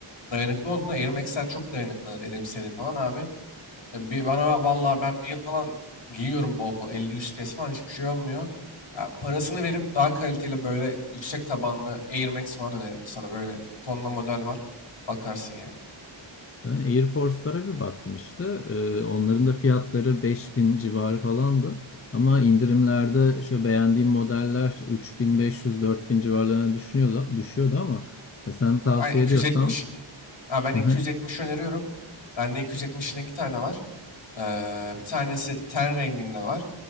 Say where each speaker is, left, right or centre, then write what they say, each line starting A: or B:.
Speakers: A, on the left; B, on the left.
A: dayanıklı olduğunda Air Max'ler çok dayanıklı dediğim seri falan abi. E, Bir, bana vallahi ben bir yıl falan giyiyorum bol bol 50-100 kez falan hiçbir şey olmuyor. Ya, parasını verip daha kaliteli böyle yüksek tabanlı Air Max falan öneririm sana. Böyle tonla model var. Bakarsın yani.
B: Ben Air Force'lara bir baktım işte. Ee, onların da fiyatları 5000 civarı falandı. Ama indirimlerde şu beğendiğim modeller üç bin beş yüz dört bin civarlarına düşünüyordu, düşüyordu ama ya sen tavsiye
A: Aynen 270.
B: ediyorsan
A: Ha, ben
B: <laughs>
A: 270 öneriyorum. Bende 270'in iki tane var. Ee, bir tanesi ten renginde var.